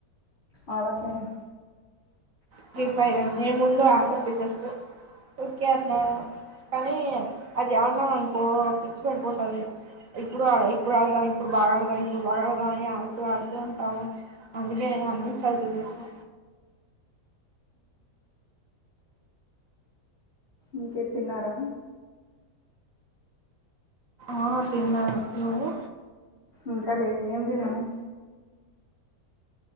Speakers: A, on the left; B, on the right.
A: అడుతను
B: ఫ్రీ ఫైర్ నేను ముందు ఆడతా బిజెస్ట్ ఓకే అక్కా
A: మ్మ్, మ్మ్.
B: కానీ అది ఆన్నాం అనుకో పిచ్చి పట్టి పోతాది ఇప్పుడు ఆడ ఇప్పుడు అర్థమై ఇప్పుడు బాగా అర్థమై ఇప్పుడు బాగా అర్థమై అని ఆడుతూ ఆడుతూ ఉంటాము అందుకే గా అన్ని ట్రై చేసేసా
A: ఇంకేంటి తిన్నారా
B: ఆ తిన్నాను నువ్వు
A: ఇంకా లేదు ఏమి తిన్నావు